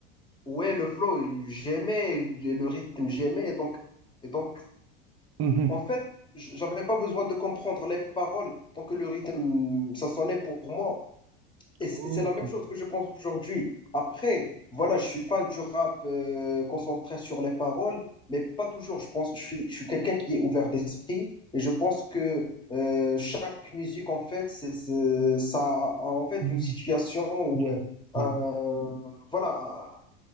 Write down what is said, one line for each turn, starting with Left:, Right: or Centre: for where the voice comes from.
Left: ouais, le flow, j'aimais, le rythme, j'aimais. Et donc, et donc,
Right: mhm.
Left: en fait, j- j'avais pas besoin de comprendre les paroles tant que le rythme, ça sonnait pour moi. Et c-
Right: OK.
Left: c'est la même chose que je pense aujourd'hui. Après, voilà, je suis fan du rap euh, concentré sur les paroles, mais pas toujours. Je pense, je suis, je suis quelqu'un qui est ouvert d'esprit et je pense que euh, chaque musique, en fait, c'est, c'est- ça a en fait
Right: Mhm,
Left: une situation ou
Right: mhm,
Left: euh, un-
Right: mhm.
Left: voilà, à,